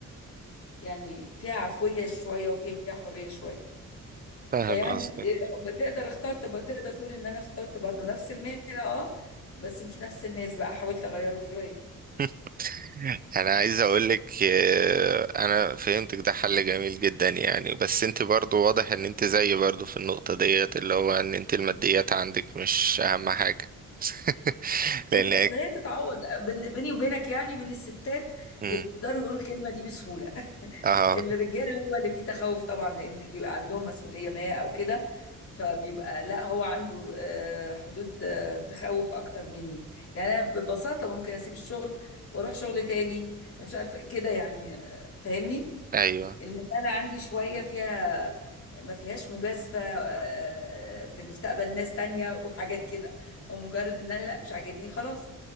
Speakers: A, on the left; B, on the right.
A: يعني فيها عفوية شوية وفيها حرية شوية
B: فاهم
A: فيعني
B: قصدك
A: بتقدر اختار تبقى تقدر تقول ان انا اخترت برضو نفس المهنة اه بس مش نفس الناس بقى حاولت اغيرهم شوية
B: <laughs> انا عايز اقولك آه، انا فهمتك ده حل جميل جدا يعني بس انت برضو واضح ان انت زيي برضو في النقطة ديت اللي هو ان انت الماديات عندك مش اهم حاجة <laughs> لان
A: ايوه
B: هيك-
A: اصل هي تتعوض بن- بيني وبينك يعني بين الستات
B: مم.
A: يقدروا يقولوا الكلمة دي بسهولة
B: اه
A: الرجاله هو اللي فيه تخوف طبعا لان في- بيبقى عندهم مسؤوليه ما او كده فبيبقى لا هو عنده آه، حدود آه، تخوف اكتر مني يعني انا ببساطه ممكن اسيب الشغل واروح شغل تاني مش عارفه كده يعني آه، فاهمني
B: ايوه
A: المساله عندي شويه فيها ما فيهاش مجازفه آه، في مستقبل ناس تانية وحاجات كده هو مجرد ان انا لا مش عاجبني خلاص